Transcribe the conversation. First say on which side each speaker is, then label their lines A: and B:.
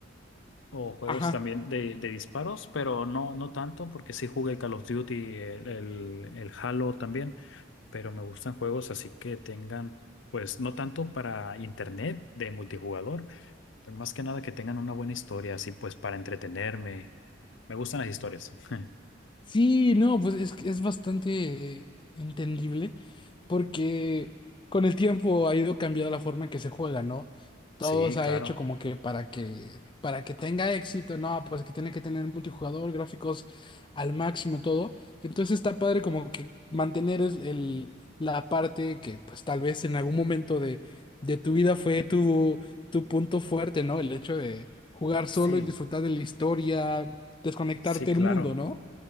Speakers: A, on the left; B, on the left.
A: o juegos
B: Ajá.
A: también de, de disparos, pero no, no tanto, porque sí jugué el Call of Duty, el, el el Halo también. pero me gustan juegos así que tengan, pues no tanto para internet de multijugador, pero más que nada que tengan una buena historia, así pues para entretenerme. Me gustan las historias. <laughs>
B: Sí, no, pues es, que es bastante eh, entendible porque con el tiempo ha ido cambiando la forma en que se juega, ¿no? Todo
A: Sí,
B: se
A: claro.
B: ha hecho como que para que para que tenga éxito, no, pues que tiene que tener multijugador, gráficos al máximo, todo. Entonces está padre como que mantener es- el, la parte que pues tal vez en algún momento de, de tu vida fue tu, tu punto fuerte, ¿no? El hecho de jugar solo
A: Sí,
B: y disfrutar de la historia, desconectarte
A: sí, claro.
B: del mundo, ¿no?